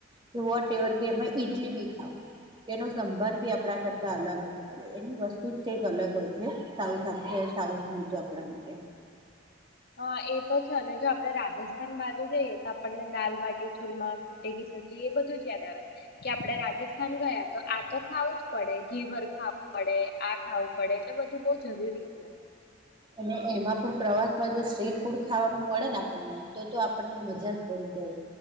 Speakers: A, on the right (about 25°); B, on the left (about 55°).
A: કે વોટ એવર કે એમાં ઈડલી બી ખાવ કે એનો સંભાર બી આપડા કરતા અલગ જ પડે એની વસ્તુ જ કઈક અલગ હોય છે, સાઉથ-સાઉથ નું તો આપણા માટે
B: હા, એ તો છે અને જો આપ આપણે રાજસ્થાન બાજુ જઈએ તો આપણને દાલબાટી ચૂરમા, ગટેકી સબજી એ બધું જ યાદ આવે કે આપડે રાજસ્થાન ગયા તો આ તો ખાવું જ પડે ઘેવર ખાવું પડે, આ ખાવું પડે એટલે બધું બહ જરૂરી છે.
A: અને એમાં પણ પ્રવાસમાં જો સ્ટ્રીટ ફૂડ ખાવાનું મળે ને આપણને તો-તો આપણને મજા જ પડી જાય